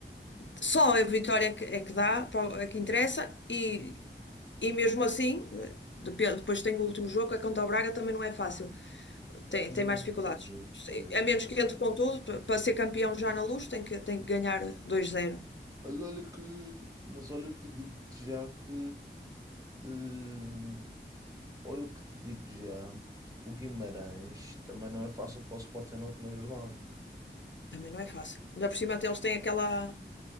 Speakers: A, on the left (about 80°); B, on the right (about 20°).
A: Só a vitória é que, é que dá, para o- é que interessa, e, e mesmo assim, eh, depe- depois tem o último jogo, é contra o Braga, também não é fácil, tem,
B: Hum,
A: tem mais dificuldades.
B: pois é,
A: Se-
B: pois é.
A: A menos que entre com tudo, pa- para ser campeão já na Luz, tem que, tem que ganhar dois zero
B: Mas olha que, mas olha que digo-te já que, hum, olha que te digo já, que o Guimarães também não é fácil para o Sporting na última jornada.
A: Também não é fácil. Ainda por cima, até eles têm aquela,